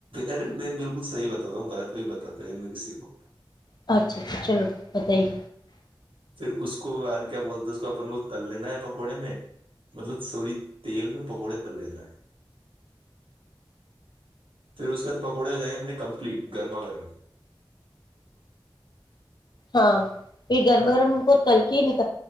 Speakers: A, on the right; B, on the left.
A: ارے میں بالکل س وت تھا گ <unintelligible> بھی بتاتا ہے میں کسی کو
B: اچھا اچھا چلو بتائیے
A: پھر اس کو کو کیا بولتے اس کو اپپ کو تل لین ہے گھوڑے میں مطلب سور تل میں پکوڑے تل لینا ہے پھر اس کے بعد پکوڑے آ جائیں اپنے کمپلیٹ گرما گرم
B: ہاں یہ گرم
A: ہے نا
B: گرم کول نہیںک